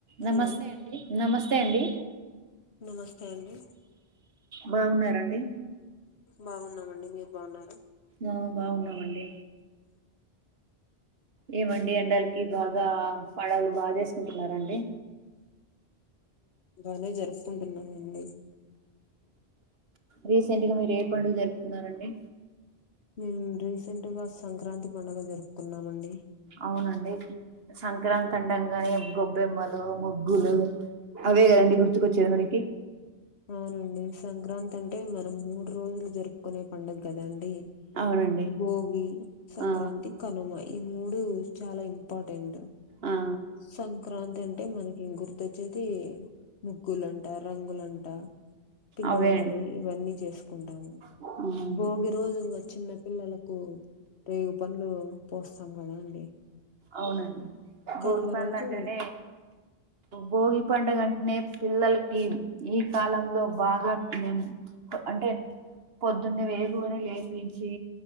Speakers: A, on the left (about 85°); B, on the right (about 70°).
A: Hello
B: నమస్తే అండి నమస్తే అండి
A: నమస్తే అండి
B: బాగున్నారండి
A: బాగున్నామండి మీరు బాగున్నార
B: ఆ బాగున్నామండి ఏమండి ఎండలకి బాగా పలావులు బాగా చేసుకుంటున్నారండి
A: బాగానే జరుపుకుంటున్నామండి
B: రీసెంట్గా మీరు ఏ పండుగ జరుపుకున్నారండి
A: మేము రీసెంట్గా సంక్రాంతి పండుగ జరుపుకున్నామండి
B: అవునండి సంక్రాంతి అండంగానే గొబ్బెమ్మలు ముగ్గులు అవే కదండి గుర్తుకొచ్చేది మనకి
A: అవునండి సంక్రాంతి అంటే మనం మూడు రోజులు జరుపుకునే పండుగ కదండి
B: అవునండి
A: భోగి సంక్రాంతి
B: ఆ
A: కనుమ ఈ మూడు చాలా ఇంపార్టెంట్
B: ఆ
A: సంక్రాంతి అంటే అంటే మనకి గుర్తొచ్చేది ముగ్గులంట రంగులంట పిండి
B: అవే
A: వంటలు ఇవన్నీ చేసుకుంటాము
B: అండి
A: భోగి రోజు చిన్న పిల్లలకు రేగు పండ్లు పోస్తాం కదా అండి
B: అవునండి
A: కనుమ
B: భోగి పండంటేనే
A: రోజు
B: భోగి పండుగ అంటేనే పిల్లలకి ఈ కాలంలో బాగా మేము అంటే పొద్దున్నే వేగువనే లేపించి